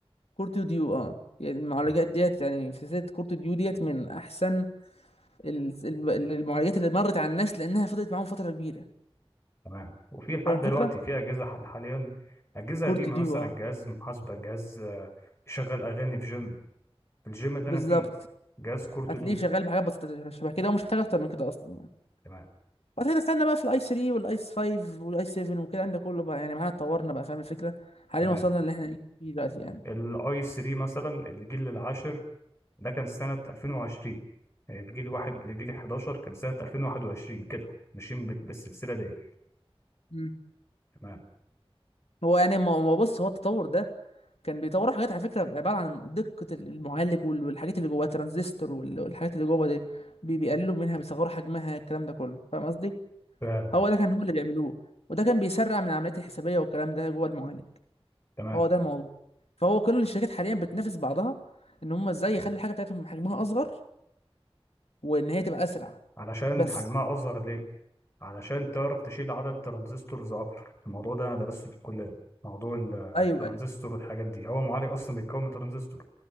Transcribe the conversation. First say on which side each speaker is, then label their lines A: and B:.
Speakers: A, on the left; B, on the left.
A: كورت ديو اه يعني المعالجات
B: ماشي
A: ديت يعني في سلسلة كورت ديو ديت من أحسن ال- الب- المعالجات اللي مرت على الناس لأنها فضلت معاهم فترة كبيرة
B: تمام وفي لحد
A: فاهم
B: دلوقتي
A: الفكرة؟
B: في اجهزه حل حاليا اجهزه
A: كورت
B: قديمه
A: ديو
B: مثلا
A: اه
B: جهاز محاسبه جهاز آه، يشغل اغاني في جيم في الجيم اللي
A: بالظبط
B: انا فيه جهاز كورتودو
A: هتلاقيه شغال بحاجات بسيطة شبه كده ومش محتاج أكتر من كده أصلا يعني
B: تمام
A: بعد كده دخلنا بقى في الأي 3 والأي 5 والأي 7 وكده ده كله بقى يعني معانا اتطورنا بقى فاهم الفكرة؟ حاليا
B: تمام
A: وصلنا اللي احنا فيه دلوقتي يعني
B: الاي 3 مثلا الجيل العاشر ده كان سنه 2020 الجيل واحد لجيل 11 كان سنه 2021 كده ماشيين بال- بالسلسله دي
A: مم.
B: تمام
A: هو يعني ما ما بص هو التطور ده كان بيطوروا حاجات على فكره عباره عن دقه المعالج وال- والحاجات اللي جواه ترانزستور وال- والحاجات اللي جوه دي بي- بيقللوا منها بيصغروا حجمها الكلام ده كله فاهم قصدي
B: فاهم اه
A: هو ده كان هو اللي بيعملوه وده كان بيسرع من العمليات الحسابيه والكلام ده جوه المعالج
B: تمام
A: هو ده الموضوع فهو كل الشركات حاليا بتنافس بعضها ان هم ازاي يخلوا الحاجه بتاعتهم حجمها اصغر وان هي تبقى اسرع
B: علشان
A: بس
B: حجمها اصغر ليه علشان تعرف تشيل عدد ترانزستورز اكتر الموضوع ده انا درسته في الكليه موضوع ال- الترانزستور
A: ايوه ايوه
B: والحاجات دي هو المعالج اصلا بيتكون من ترانزستور